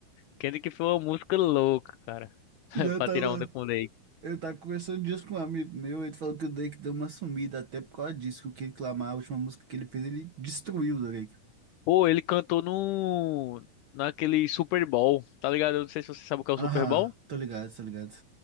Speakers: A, on the left; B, on the right.
A: Kendrick foi uma música louca, cara. <laughs>
B: Eu
A: Pra
B: tava,
A: tirar onda com o Drake.
B: eu tava conversando disso com um amigo meu, ele falou que o Drake deu uma sumida até por causa disso, que o Kendrick Lamar, a última música que ele fez, ele destruiu o Drake.
A: Pô, ele cantou no... Naquele Super Bowl, tá ligado? Eu não sei se você sabe o que é o
B: Aham,
A: Super Bowl.
B: tô ligado, tô ligado.